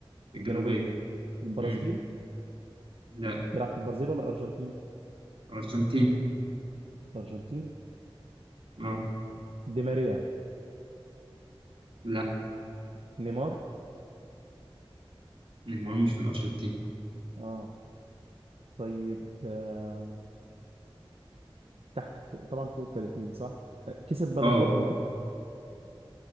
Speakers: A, on the right; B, on the right.
A: الجنوبيه
B: الجنوبية البرازيل
A: امم لا
B: بيلعب في البرازيل ولا الارجنتين
A: ارجنتين
B: الارجنتين
A: اه
B: دي ماريا
A: لا
B: نيمار
A: نيمار مش في الارجنتين
B: اه طيب آه. تحت طبعا فوق ال 30 صح كسب بلندور
A: اه
B: قبل كده